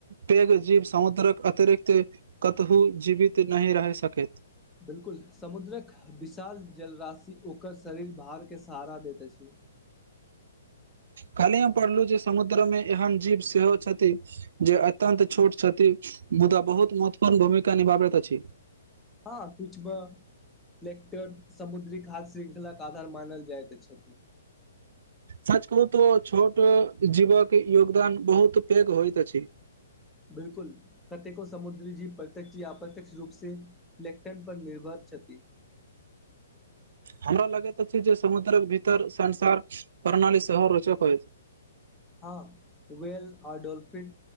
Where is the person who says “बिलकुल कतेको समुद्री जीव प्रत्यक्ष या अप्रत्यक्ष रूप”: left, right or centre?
Centre